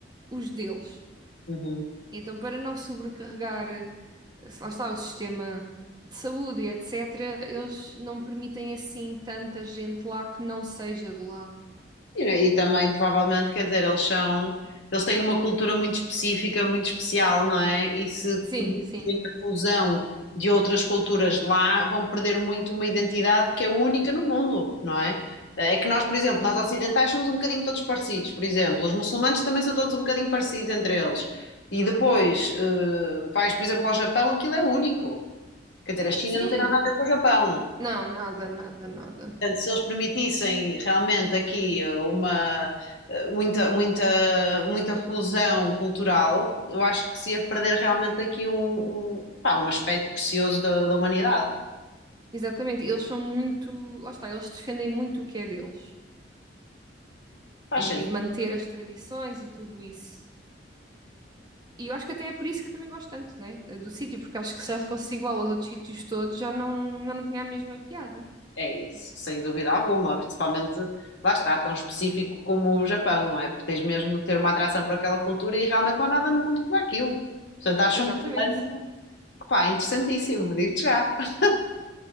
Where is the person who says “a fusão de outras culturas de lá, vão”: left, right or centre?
Left